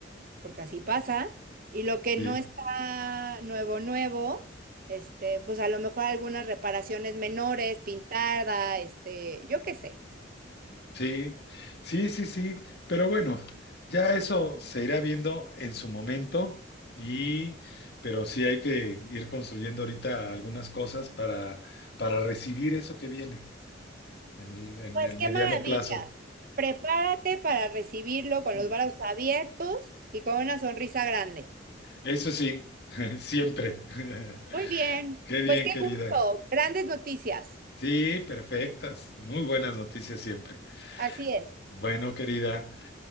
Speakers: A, on the right; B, on the left.
A: porque así pasa, y lo que
B: sí.
A: no está nuevo, nuevo, este, pues a lo mejor algunas reparaciones menores, pintada, este, yo qué sé.
B: Sí, sí, sí, sí, pero bueno, ya eso se irá viendo en su momento y, pero sí hay que ir construyendo ahorita algunas cosas para, para recibir eso que viene en el, en
A: Pues
B: el
A: qué
B: mediano
A: maravilla.
B: plazo.
A: Prepárate para recibirlo con
B: Ujú.
A: los brazos abiertos y con una sonrisa grande.
B: Eso sí, <laughs> siempre.
A: Muy bien,
B: <laughs> Qué bien,
A: pues qué
B: querida.
A: gusto, grandes noticias.
B: Sí, perfectas, muy buenas noticias siempre.
A: Así es.
B: Bueno, querida,